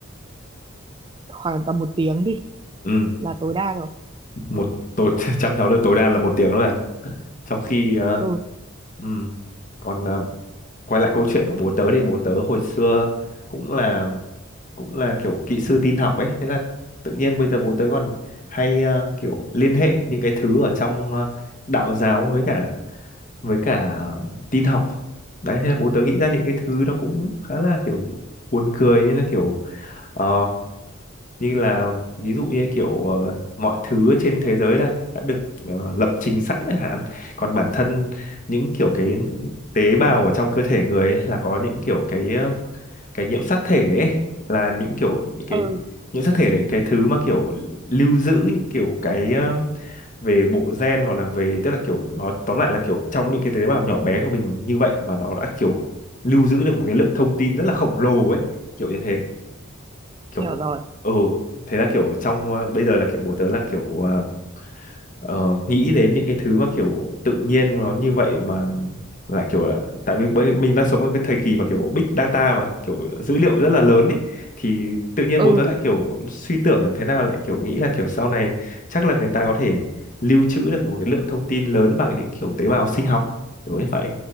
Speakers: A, on the right; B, on the left.
A: khoảng tầm một tiếng đi
B: ừ
A: là tối đa rồi
B: một tối <laughs> chăm cháu được tối đa là một tiếng thôi à trong khi ờ,
A: ừ
B: ừm, còn ờ, quay lại câu chuyện của bố tớ thì bố tớ hồi xưa cũng là cũng là kiểu kỹ sư tin học ấy thế là tự nhiên bây giờ bố tớ còn hay ờ, kiểu liên hệ những cái thứ ở trong ờ, đạo giáo với cả với cả tin học đấy thế là bố tớ nghĩ ra những cái thứ nó cũng khá là kiểu buồn cười như là kiểu Ờ, như là ví dụ như kiểu ờ, mọi thứ trên thế giới là đã được ờ, lập trình sẵn chẳng hạn còn bản thân những kiểu cái tế bào ở trong cơ thể người ấy là có những kiểu cái ờ, cái nhiễm sắc thể ấy là những kiểu những cái
A: ừ
B: nhiễm sắc thể là những cái thứ mà kiểu lưu giữ những kiểu cái ờ, về bộ gen hoặc là về tức là kiểu nói tóm lại là kiểu trong những cái tế bào nhỏ bé của mình như vậy mà nó đã kiểu lưu giữ được một cái lượng thông tin rất là khổng lồ ấy kiểu như thế kiểu
A: hiểu rồi
B: ừ thế là kiểu trong ờ, bây giờ là kiểu bố tớ là kiểu ờ, ờ, nghĩ đến những cái thứ mà kiểu tự nhiên nó như vậy mà lại kiểu là tại vì bây- mình đang sống trong cái thời kỳ mà kiểu big data mà kiểu dữ liệu rất là lớn ấy thì tự nhiên
A: ừ
B: bố tớ lại kiểu suy tưởng thế nào lại kiểu nghĩ là kiểu sau này chắc là người ta có thể lưu trữ được một cái lượng thông tin lớn bằng những kiểu tế bào sinh học kiểu như vậy